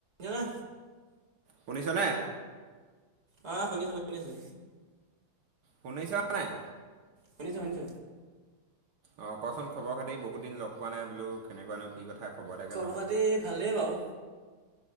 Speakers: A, on the right; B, on the right.
A: এানে
B: শুনিছনে
A: অ শুনিছো শুনিছো
B: শুনিছোৱা নাই
A: শনিছ শনিছ
B: অ কচোন খবৰ খাতি বহুত দিন লগ পোৱা নাই বোলো কেনেকুৱানো কি কথা খবটাকে
A: খবৰ
B: লওঁ
A: খাতি ভালেই বাৰু।